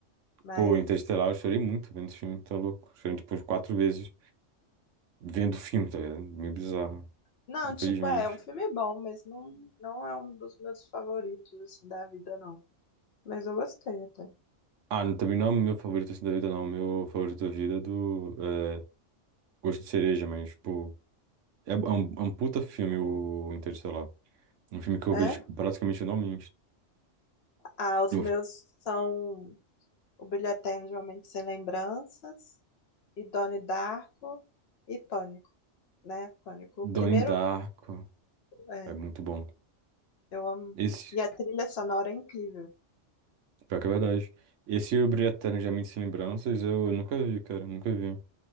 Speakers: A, on the left (about 60°); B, on the right (about 75°).
A: Mas.
B: Pô, Interestelar, eu chorei muito vendo esse filme, tá louco? Chorei tipo umas quatro vezes vendo o filme, tá ligado? Meio bizarro,
A: Não,
B: infelizmente.
A: tipo, é, é um filme é bom, mas não, não é um dos meus favoritos, assim, da vida, não. Mas eu gostei até.
B: Ah, não- também não é o meu favorito assim da vida, não. O meu favorito da vida é do é, Gosto de Cereja, mas, tipo, é, é um, é um puta filme o Interestelar. Um filme que eu
A: É?
B: vejo tipo, praticamente anualmente.
A: Ah, os
B: O
A: meus são O Brilho Eterno de Uma Mente Sem Lembranças, e Donnie Darko e Pânico. né? Pânico. O
B: Donnie
A: primeiro,
B: Darko.
A: é,
B: É muito bom.
A: eu amo.
B: Esse,
A: E a trilha sonora é incrível.
B: pior que é verdade. Esse e o Brilho Eterno de Uma Mente Sem Lembranças eu, nunca vi, cara. Nunca vi.